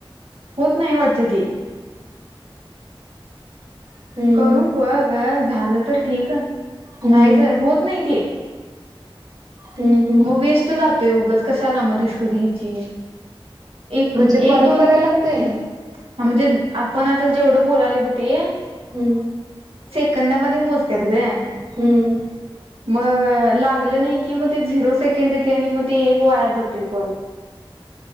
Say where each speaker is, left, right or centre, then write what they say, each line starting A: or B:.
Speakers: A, on the right; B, on the right.
A: होत नाही वाटते तेी
B: हम्म
A: करून
B: हम्म
A: ब ग झालं तर ठीक
B: हम्म
A: नाहीच होत नाही ते
B: हम्म हम्म
A: मग वेस्ट जातोवगंच कसा ला म रिस्क घ्यायची एक
B: म्हणजे परत
A: एक दोन
B: करायला लागतय
A: हा म्हणजे आपण आता जेवढं बोलाले ब ते
B: हम्म
A: सेकादा मोजत ग
B: हम्म
A: म लागलं नाही की म झिरो सेकंड देते आणि मग ते एक वाया जातोय कॉल